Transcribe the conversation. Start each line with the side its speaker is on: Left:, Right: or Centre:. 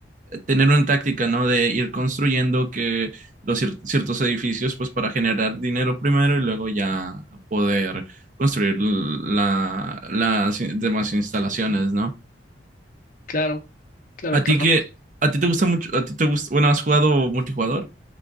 Right: tener una táctica, ¿no? De ir construyendo que los cier- ciertos edificios, pues para generar dinero primero y luego ya poder construir la, las demás instalaciones, ¿no?
Left: Claro, claro,
Right: A
Left: claro.
Right: ti que, a ti te gusta mucho, a ti te gusta, bueno, ¿has jugado multijugador?